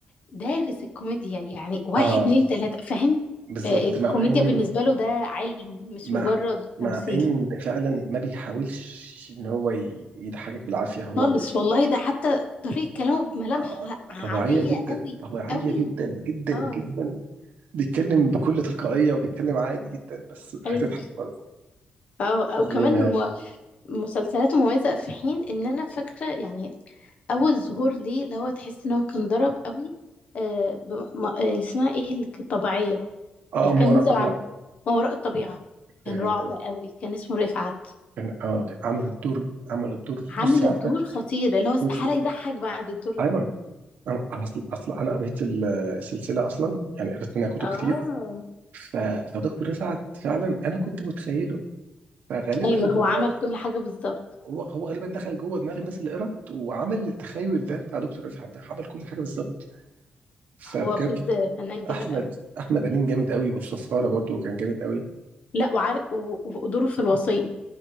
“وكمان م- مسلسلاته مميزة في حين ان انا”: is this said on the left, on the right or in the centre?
Left